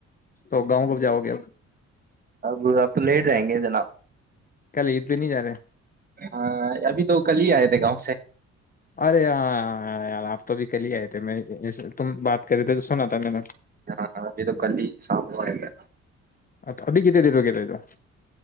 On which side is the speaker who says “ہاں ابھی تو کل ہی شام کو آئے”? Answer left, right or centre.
Right